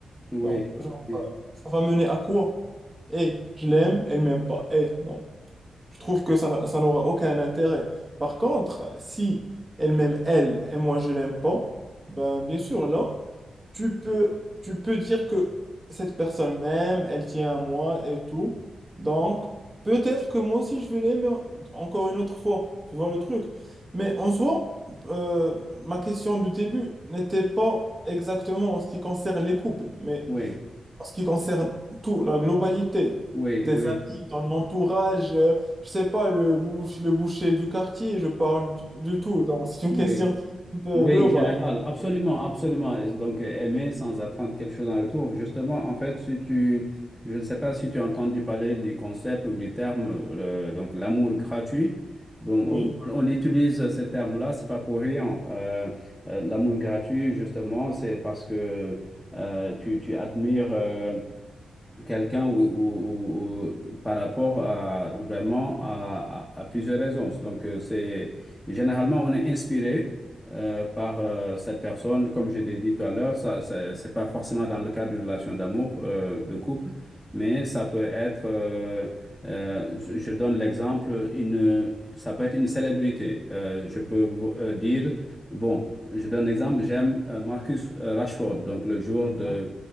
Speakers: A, in the centre; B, on the right (about 25°).
A: Oui,
B: Genre, genre,
A: oui,
B: ça va mener à quoi? Eh, je l'aime, elle m'aime pas. Eh, donc. Je trouve que ça, n'a- ça n'aura aucun intérêt. Par contre, si elle m'aime elle et moi je l'aime pas, ben bien sûr là, tu peux, tu peux dire que cette personne m'aime, elle tient à moi et tout. Donc peut-être que moi aussi je vais l'aimer encore une autre fois. Tu vois le truc. Mais en soi, euh, ma question du début n'était pas exactement en ce qui concerne les couples, mais
A: oui,
B: en ce qui concerne tout, la globalité,
A: oui,
B: tes
A: oui,
B: amis, ton entourage, euh, je sais pas, le bouche, le boucher du quartier, je parle de, de tout. Donc, c'est une
A: oui.
B: question qui est un peu
A: Oui,
B: globale.
A: général, absolument, absolument. Et Donc, euh, aimer sans attendre quelque chose en retour. Justement, en fait, si tu, je ne sais pas si tu as entendu parler du concept ou du terme, euh, donc l'amour gratuit. Bon,
B: Oui,
A: on, on on utilise euh, ce terme-là, c'est pas pour rien. Euh, euh, l'amour gratuit, justement, c'est parce que euh, tu, tu admires. euh, quelqu'un ou, ou- ou- ou par rapport à vraiment à, à- à plusieurs raisons. Donc, euh, c'est généralement on est inspiré euh, par euh, cette personne, comme je l'ai dit tout à l'heure, ça, ça- c'est pas forcément dans le cadre d'une relation d'amour, euh, de couple, mais ça peut être, euh, euh, je je donne l'exemple, une, ça peut être une célébrité. Euh, je peux vous euh, dire, bon, je donne l'exemple, j'aime euh, Marcus euh, Rashford, donc le joueur de,
B: Ah,